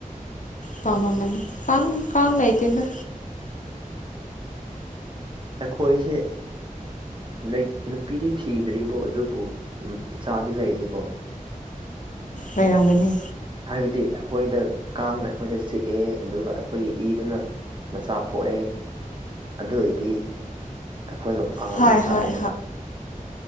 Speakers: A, on the left; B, on the right.
A: ꯃꯥꯃ ꯃꯅꯤ ꯀꯪ ꯀꯉꯥꯏꯇꯗꯥ
B: ꯑꯈꯣꯏꯁꯦ ꯂꯩ ꯅꯨꯄꯤꯗꯤ ꯊꯤꯗ꯭ꯔꯤꯕꯣ ꯑꯗꯨꯕꯨ ꯏꯆꯥꯗꯤ ꯂꯩꯔꯦꯀꯣ
A: ꯂꯩꯔꯝꯒꯅꯤ
B: ꯍꯥꯏꯕꯗꯤ ꯑꯩꯈꯣꯏꯗ ꯀꯥꯡꯅ ꯑꯩꯈꯣꯏꯗ ꯆꯤꯛꯑꯦ ꯑꯗꯨꯒ ꯑꯩꯈꯣꯏꯒꯤ ꯏꯗꯨꯅ ꯃꯆꯥ ꯄꯣꯛꯑꯦ ꯑꯗꯨ ꯑꯣꯏꯔꯗꯤ ꯑꯩꯈꯣꯏ ꯃꯄꯥ ꯑꯣꯏꯕ
A: ꯍꯣꯏ ꯍꯣꯏ
B: ꯇꯥꯔꯦ ꯀꯩꯅꯣ